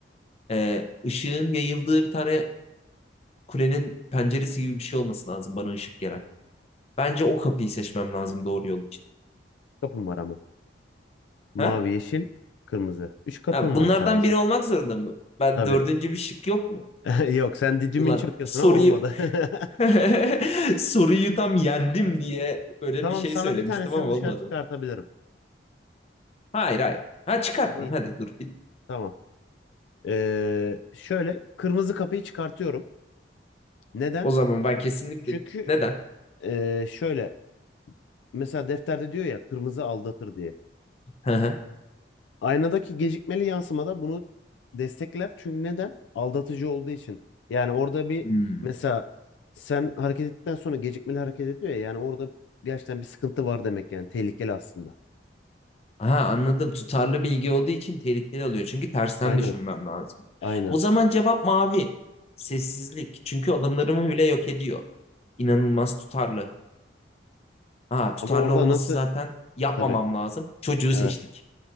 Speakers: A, on the left; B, on the left.
A: Ee, ışığın yayıldığı bir tane kulenin penceresi gibi bir şey olması lazım bana ışık gelen. Bence o kapıyı seçmem lazım doğru yol için.
B: Kapım var ama. Mavi,
A: Ha?
B: yeşil, kırmızı. Üç kapın
A: Ha, bunlardan
B: var sadece.
A: biri olmak zorunda mı? Ben
B: Tabii.
A: dördüncü bir şık yok mu?
B: <laughs> Yok sen didimin
A: Ulan
B: çakıyorsun
A: soruyu
B: ama olmadı. <laughs>
A: <laughs> Soruyu tam yendim diye böyle
B: Tamam
A: bir şey
B: sana
A: söylemiştim
B: bir tanesini
A: ama
B: dışarı
A: olmadı.
B: çıkartabilirim.
A: Hayır hayır. Ha çıkart
B: Ha, İyi
A: lan hadi dur. Bir-
B: tamam. Ee, şöyle kırmızı kapıyı çıkartıyorum. Neden?
A: O zaman ben kesinlikle
B: Çünkü
A: neden?
B: ee, şöyle mesela defterde diyor ya kırmızı aldatır diye.
A: Hı hı.
B: Aynadaki gecikmeli yansımada bunu destekler. Çünkü neden? Aldatıcı olduğu için. Yani orada bir
A: Hmm.
B: mesela sen hareket ettikten sonra gecikmeli hareket ediyor ya. Yani orada gerçekten bir sıkıntı var demek yani. Tehlikeli aslında.
A: Aha anladım. Tutarlı bilgi olduğu için tehlikeli oluyor. Çünkü tersten
B: Aynen.
A: düşünmem lazım.
B: Aynen.
A: O zaman cevap mavi. Sessizlik. Çünkü adımlarımı bile yok ediyor. İnanılmaz tutarlı. Ha tutarlı
B: Ama orada
A: olması
B: nasıl?
A: zaten yapmamam
B: Tabii.
A: lazım. Çocuğu
B: Evet.
A: seçtik.